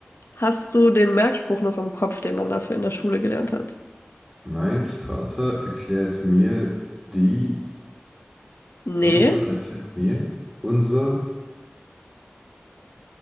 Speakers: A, on the left; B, in the centre.
A: Hast du den Merkspruch noch im Kopf, den man dafür in der Schule gelernt hat?
B: Mein Vater erklärt mir die.
A: Nee.
B: Mein Vater erklärt mir unser.